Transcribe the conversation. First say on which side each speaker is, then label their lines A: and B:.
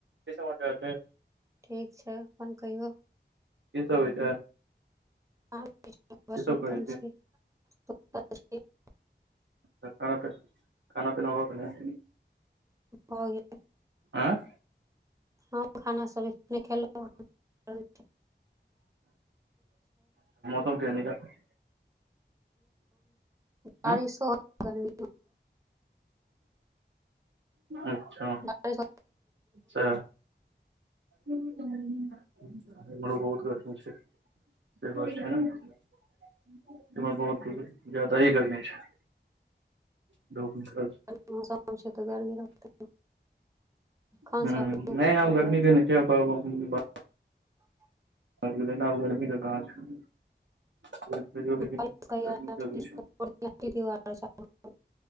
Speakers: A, on the right; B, on the right.
A: कि समाचार छै?
B: ठीक छै। अपन कहियौ?
A: की सभ होइ छै?
B: कहा किछु बौआ
A: की सब
B: सुतल
A: करै छी
B: छै <unintelligible>
A: खाना पी खाना पीना हो गेलल?
B: हो गेल।
A: आँ
B: हम खानासभ एखने खेलौ हन।
A: त <unintelligible>
B: बारिशो
A: हूँ
B: गरमी
A: अच्छा
B: बारिश
A: त एम्हरो बहुत गर्मि छै। से बात छै ने, बहुत जादा गर्मी छै। द
B: गरमीके मौसम छै। तऽ गर्मी रहतै एखन
A: ह
B: सँ अक्टूबर
A: नहि आब
B: तक
A: गर्मी
B: रहतै
A: <unintelligible> न
B: <inaudible>
A: आब गर्मी क कहाँ छै। <unintelligible> तैयो लेकिन
B: ार <unintelligible>
A: गर्मी जरूरी छै हूँ